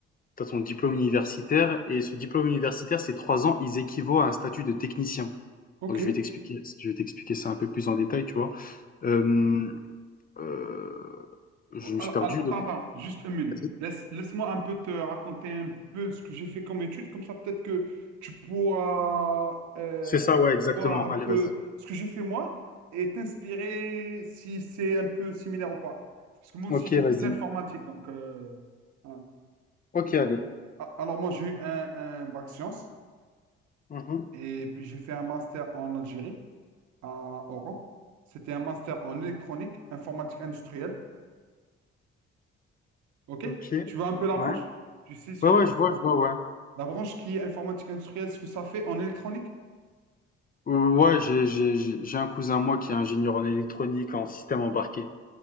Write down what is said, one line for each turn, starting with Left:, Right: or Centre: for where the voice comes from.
Left: t'as ton diplôme universitaire et ce diplôme universitaire, ces 3 ans, ils équivaut à un statut de technicien.
Right: ok.
Left: Donc je vais t'expliquer, je vais t'expliquer ça un peu plus en détail, tu vois. Euh, euh, je me
Right: Alors,
Left: suis perdu,
Right: alors, attends,
Left: donc
Right: attends, juste une minute.
Left: vas-y.
Right: Laisse, laisse-moi un peu te raconter un peu ce que j'ai fait comme étude, comme ça peut-être que tu pourras euh,
Left: C'est ça, ouais, exactement.
Right: voir un
Left: Allez,
Right: peu
Left: vas-y.
Right: ce que j'ai fait moi et t'inspirer si c'est un peu similaire ou pas. Parce que moi
Left: Ok,
Right: aussi j'ai
Left: vas-y.
Right: fait de l'informatique, donc euh, voilà.
Left: Ok, allez.
Right: Alors, alors, moi j'ai eu un, un bac sciences
Left: Mhm.
Right: et puis j'ai fait un master en Algérie, à Oran. C'était un master en électronique, informatique industrielle. Ok?
Left: Ok, ouais.
Right: Tu vois un peu la
Left: Ouais,
Right: branche? Tu sais ce que
Left: ouais, je vois, je vois, ouais.
Right: La branche qui est informatique industrielle, ce que ça fait en électronique?
Left: Euh, Ouais, j'ai, j'ai, j'ai j'ai un cousin, moi, qui est ingénieur en électronique, en système embarqué.